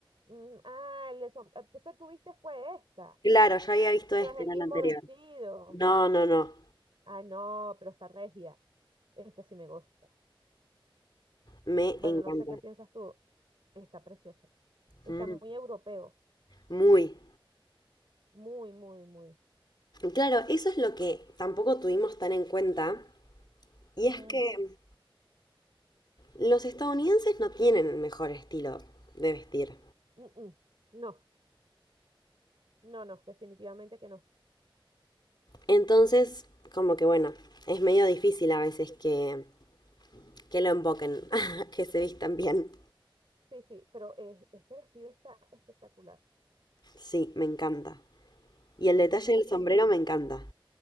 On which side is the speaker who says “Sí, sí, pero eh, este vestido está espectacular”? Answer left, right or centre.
Right